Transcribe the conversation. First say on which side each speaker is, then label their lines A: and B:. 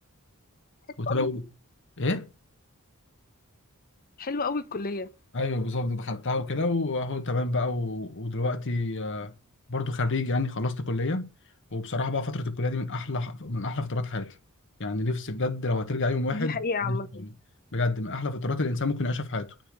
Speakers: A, on the left; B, on the left.
A: حلوة
B: وتبقى
A: قوي
B: ايه
A: حلوة قوي الكلية
B: ايوه بالظبط دخلتها وكده واهو تمام بقى و... ودلوقتي آه، برضو خريج يعني خلصت كليه وبصراحه بقى فتره الكليه دي من احلى من احلى فترات حياتي يعني نفسي بجد لو هترجع يوم واحد
A: دي حقيقة عامة
B: يعني بجد من احلى فترات الانسان ممكن يعيشها في حياته